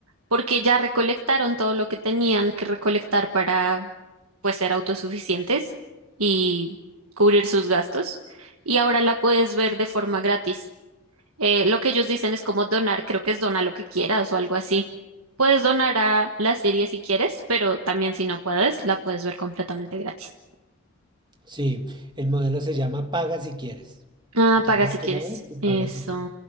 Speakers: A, on the right; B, on the right.
A: porque ya recolectaron todo lo que tenían que recolectar para pues ser autosuficientes y cubrir sus gastos. Y ahora la puedes ver de forma gratis. Eh, lo que ellos dicen es como donar, creo que es dona lo que quieras o algo así. Puedes donar a la serie si quieres, pero también si no puedes, la puedes ver completamente gratis.
B: Sí, el modelo se llama Paga si quieres.
A: Ah,
B: Entonces
A: paga si
B: tú
A: quieres.
B: la ves y pagas
A: Eso,
B: si quieres.